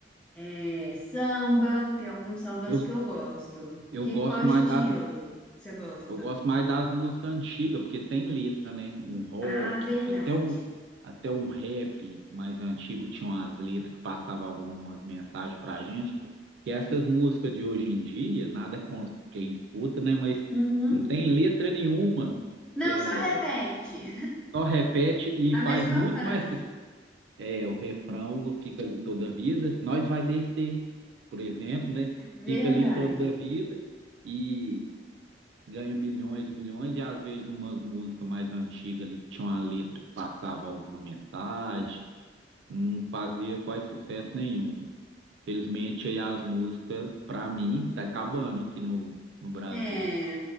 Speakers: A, in the centre; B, on the right.
A: É, samba, tem alguns sambas
B: eu,
A: que eu gosto.
B: eu
A: Que
B: gosto
A: qual estilo
B: mais das,
A: você gosta?
B: Eu gosto mais das músicas antigas, porque tem letra, né? Um rock,
A: Ah, verdade.
B: até um, até um rap mais antigo tinha umas letras que passavam algumas mensagens pra gente. Que essas músicas de hoje em dia, nada contra quem escuta, né? Mas
A: Uhum.
B: não tem letra nenhuma.
A: Não,
B: É,
A: só repete
B: só repete
A: <laughs>
B: e
A: a mesma
B: faz muito
A: frase.
B: mais sucesso. É, o refrão fica ali toda a vida. Nós vai descer, por exemplo, né?
A: Verdade.
B: Fica ali toda a vida. E ganha milhões e milhões, e às vezes umas músicas mais antigas ali que tinha uma letra que passava alguma mensagem, não fazia quase sucesso nenhum. Felizmente aí as músicas, para mim, tá acabando aqui no, no Brasil.
A: É.